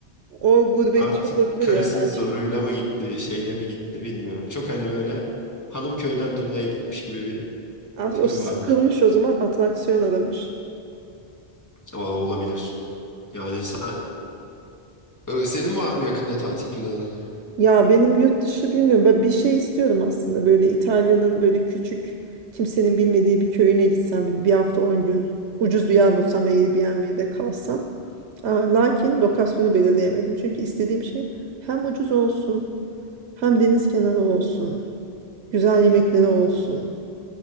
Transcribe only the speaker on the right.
O gurbetçi
olabilir
ya belki.
As-
O sıkılmış
o zaman atraksiyon aramış.
Ya benim yurt dışı bilmiyorum. Ben bir şey istiyorum aslında. Böyle İtalya'nın böyle küçük kimsenin bilmediği bir köyüne gitsem bir, bir hafta 10 gün. Ucuz bir yer bulsam Airbnb'de kalsam. Aa, Lakin lokasyonu belirleyemedim. Çünkü istediğim şey hem ucuz olsun, hem deniz kenarı olsun, güzel yemekleri olsun.